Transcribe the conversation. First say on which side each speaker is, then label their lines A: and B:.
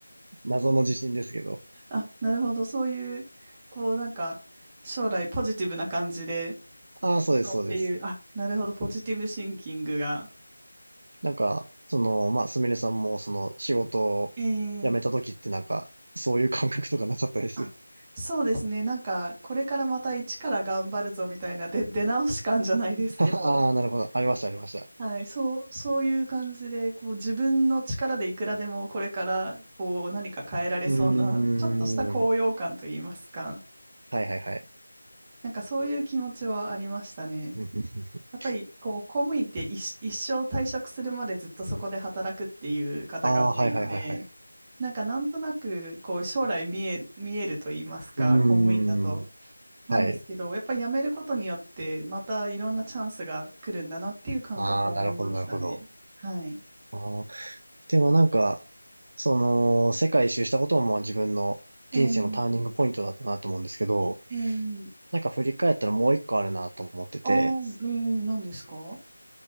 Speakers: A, on the right; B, on the right.
A: 謎の自信ですけど。
B: あ、なるほど。そういう、こう、なんか、将来ポジティブな感じで、
A: ああ、そうです、
B: そうっていう、
A: そうです。
B: あ、なるほど、ポジティブシンキングが。
A: なんか、その、まあ、すみれさんも、その、仕事を辞めた時ってなんか、
B: ええ
A: そういう感覚とかなかったです。
B: あ、そうですね、なんか、これからまた一から頑張るぞみたいな、で、出直し感じゃないですけど、
A: <laughs> ああ、なるほど。ありました、ありました。
B: はい、そう、そういう感じで、こう、自分の力でいくらでもこれから、こう、何か変えられそうな、
A: うーん。
B: ちょっとした高揚感といいますか、
A: はいはいはい。
B: なんかそういう気持ちはありましたね。
A: <laughs>
B: やっぱり、こう、公務員って一、一生退職するまでずっとそこで働くっていう方が多いので、
A: ああ、はいはいはいはい。
B: なんかなんとなくこう将来見え、見えると言いますか、
A: うーん。
B: 公務員だと。なんですけど、
A: はい。
B: やっぱり辞めることによってまたいろんなチャンスが来るんだなっていう感覚はありましたね。
A: ああ、なるほど、なるほど。
B: はい。
A: ああ、でもなんか、その、世界一周したこともまあ自分の人生のターニングポイントだったなと思うんですけど、
B: えー、えー、
A: なんか振り返ったらもう一個あるなと思ってて、
B: あー、えー、何ですか